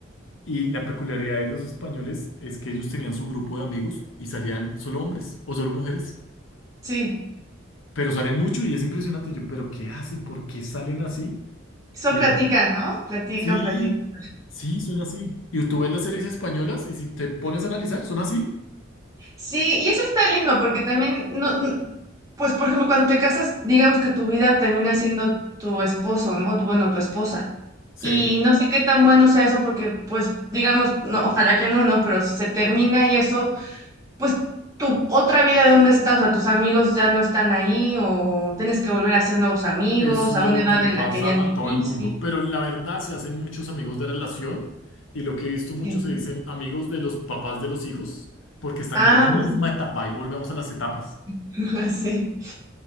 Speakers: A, on the left (about 80°); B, on the right (about 15°).
A: Y la peculiaridad de los españoles es que ellos tenían su grupo de amigos y salían solo hombres o solo mujeres,
B: sí.
A: pero salen mucho y es impresionante. Yo, ¿pero qué hacen? ¿Por qué salen así?
B: Eso
A: Y
B: platican,
A: es así.
B: ¿no? Platican,
A: Sí,
B: platican.
A: sí, son así. Y tú ves las series españolas y si te pones
B: <laughs>
A: a analizar, son así.
B: Sí, y eso está lindo porque también, no, no- pues por ejemplo, cuando te casas, digamos que tu vida termina siendo tu esposo, ¿no? O, Bueno, tu esposa.
A: Sí,
B: Y no sé qué tan bueno sea eso porque, pues, digamos, no, ojalá que no, ¿no? Pero si se termina y eso, pues tu otra vida, ¿dónde está? O sea, tus amigos ya no están ahí o tienes que volver a hacer nuevos amigos
A: eso
B: a
A: es
B: una
A: lo
B: edad
A: que le
B: en
A: pasa
B: la que ya es
A: a
B: difícil.
A: todo el mundo. Pero la verdad se hacen muchos amigos de relación y lo que he visto muchos
B: Sí.
A: se dicen amigos de los papás de los hijos porque están
B: Ah,
A: en la misma etapa y volvemos a las etapas.
B: <laughs> sí.